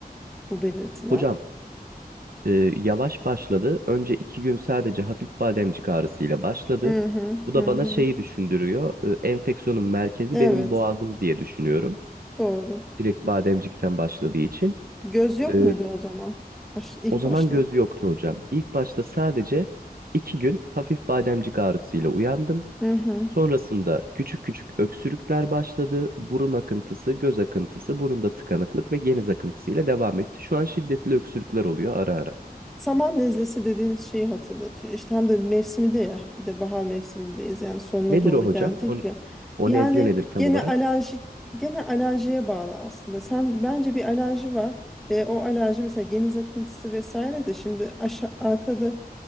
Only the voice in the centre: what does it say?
bu belirtiler.
Hı hı
hı
hı.
Evet
doğru.
Göz yok
muydu o zaman? Baş, ilk
başladı.
Hı hı
Saman nezlesi dediğimiz şeyi hatırlatıyor. İşte hem de mevsimi de ya bir de bahar mevsimindeyiz yani sonuna
doğru
geldik
ya.
Yani
gene
alerjik gene alerjiye bağlı aslında. Sen bence bir alerji var. E, o alerji mesela geniz akıntısı vesaire de şimdi aşa- arkada